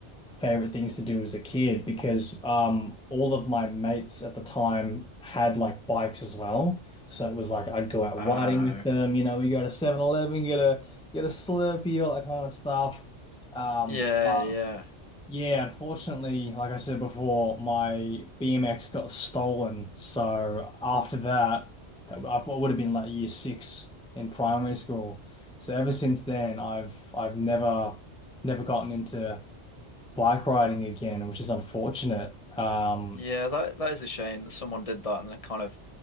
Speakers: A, in the centre; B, on the left (about 35°).
A: favorite things to do as a kid because um all of my mates at the time had like bikes as well. So it was like I'd go out
B: Oh.
A: riding with them, you know, we go to Seven Eleven get a get a Slurpee, all that kind of stuff. Um,
B: Yeah,
A: um
B: yeah.
A: yeah, unfortunately, like I said before, my BMX got stolen. So after that, that I would have been like year six in primary school. So ever since then, I've I've never never gotten into bike riding again, which is unfortunate. Um,
B: Yeah, that that is a shame that someone did that and it kind of